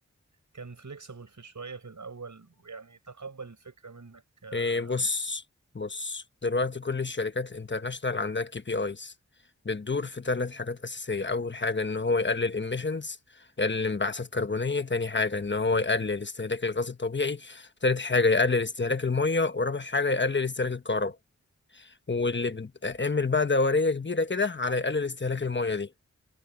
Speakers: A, on the right; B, on the left.
A: كان فليكسبل في شوية في الأول ويعني تقبل الفكرة منك آه،
B: إيه بص بص دلوقتي كل الشركات الانترناشنال عندها كي بي ايز بتدور في ثلاث حاجات أساسية أول حاجة إن هو يقلل emissions يقلل انبعاثات كربونية تاني حاجة إن هو يقلل استهلاك الغاز الطبيعي تالت حاجة يقلل استهلاك المية ورابع حاجة يقلل استهلاك الكهرباء واللي بتعمل بقى دورية كبيرة كده على يقلل استهلاك المية دي